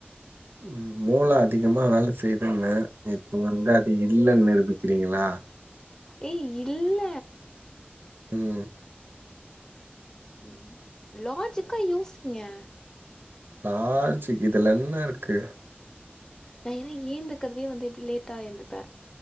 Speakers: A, on the right; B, on the left.
A: ம் மூள அதிகமா வேலை செய் துன்னே இப்ப வந்து அது இல்லன்னு நிரூபி க்கிறீங்களா?
B: ஏய் இல்ல
A: ம்
B: ம் லாஜிக்கா யோசிங்க.
A: லாஜிக்கு இதுல என்ன இருக்கு?
B: நா ஏன்னா ஏந்துக்கிறதே வந்து எப்படி லேட்டா எந்துப்பே